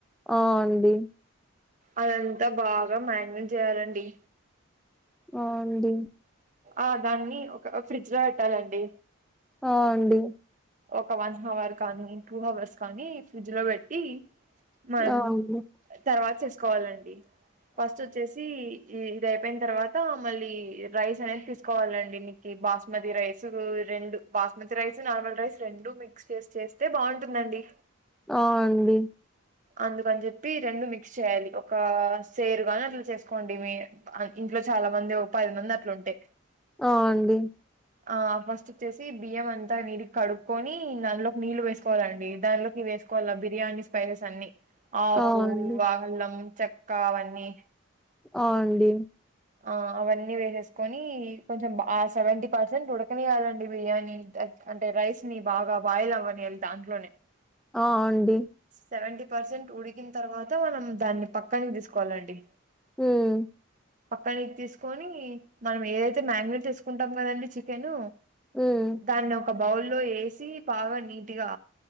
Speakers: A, in the centre; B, on the right.
A: ఆ అండి
B: అదంతా బాగా మ్యారినేట్ చేయాలండి
A: ఆ అండి
B: ఆ దాన్ని ఒక ఫ్రిడ్జ్ లో పెట్టాలండి
A: ఆ అండి
B: ఒక వన్ హవర్ కానీ టూ హవర్స్ కానీ ఫ్రిడ్జ్ లో పెట్టి మనం
A: ఆ అండి
B: తర్వాత చేసుకోవాలండి ఫస్ట్ వచ్చేసి ఈ ఇది అయిపోయిన తర్వాత మళ్ళీ రైస్ అనేది తీసుకోవాలండి నీకు బాస్మతి రైస్ రెండు బాస్మతి రైస్ నార్మల్ రైస్ రెండు మిక్స్ చేసి చేస్తే బాగుంటుందండి
A: ఆ అండి
B: అందుకని చెప్పి రెండు మిక్స్ చేయాలి ఒక సేరువా అని అట్లా చేసుకోండి మీ ఇంట్లో చాలా మంది ఒక పది మంది అట్లుంటే
A: అ అండి
B: ఆ ఫస్ట్ వచ్చేసి బియ్యం అంతా నీట్ గా కడు క్కొని అందులోకి నీళ్ళు వేసుకోవాలండి దానిలోకి వేసుకోవాల బిర్యానీ స్పైసెస్ అన్ని ఆకు
A: ఆ అండి
B: ఆల్లం చెక్క అవన్నీ
A: ఆ అండి
B: ఆ అవన్నీ వేసేసుకొని కొంచెం ఆ సెవెంటీ పర్సెంట్ ఉడకనియాలండి బిర్యానీ అంటే రైస్ ని బాగా బాయిల్ అవ్వనియాలి దాంట్లోనే
A: ఆ అండి
B: సెవెంటీ పర్సెంట్ ఉడికిన తర్వాత మనం దాన్ని పక్కని తీసుకోవాలండి
A: ఉం
B: పక్కనికి తీసుకొని మనం ఏదైతే మ్యారినేట్ చేసుకుంటాం కదండి చికెన్
A: ఉం
B: దాన్ని ఒక బౌల్ లో వేసి బాగా నీట్ గా